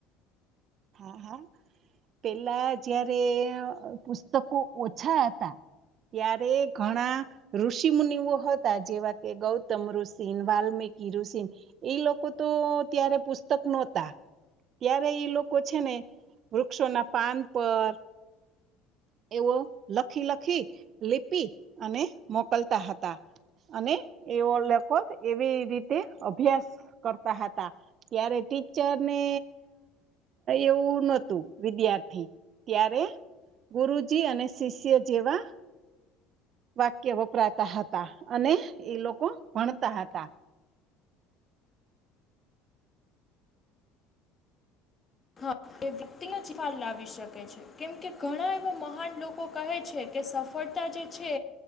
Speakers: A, on the right; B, on the left.
A: હા હા પેલા જયારે પુસ્તકો ઓછા હતા ત્યારે ઘણા ઋષિ મુુનિઓ હતા જેવા કે ગૌતમ ઋષિન વાલ્મિકી ઋષિન એ લોકો તો ત્યારે પુસ્તક નોતા ત્યારે એ લોકો છે ને વૃક્ષોના પાન પર એવો લખી-લખી લીપી અને મોકલતા હતા. અને એવો <unintelligible> એવી રીતે અભ્યાસ કરતા હતા ત્યારે ટીચરને એવું નોતું વિદ્યાર્થી ત્યારે ગુરુજી અને શિષ્ય જેવા વાક્ય વપરાતા હતા અને એ લોકો ભણતા હતા.
B: હા એ વ્યક્તિને જફાર લાવી શકે છે. કેમ કે ઘણા એવા મહાન લોકો કહે છે કે સફળતા જે છે